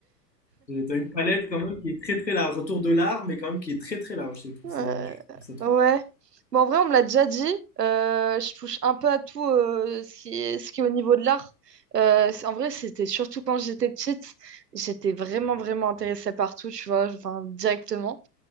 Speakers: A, on the left; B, on the right.
A: Euh, T'as une palette quand même qui est très très large autour de l'art, mais quand même qui est très très large. Je trouve
B: Euh,
A: ça, je trouve ça trop.
B: ouais. Bon, en vrai, on me l'a déjà dit. euh, je touche un peu à tout euh, ce qui est, ce qui est au niveau de l'art. Euh, c'est- en vrai, c'était surtout quand j'étais petite, j'étais vraiment, vraiment intéressée par tout, tu vois, enfin, directement.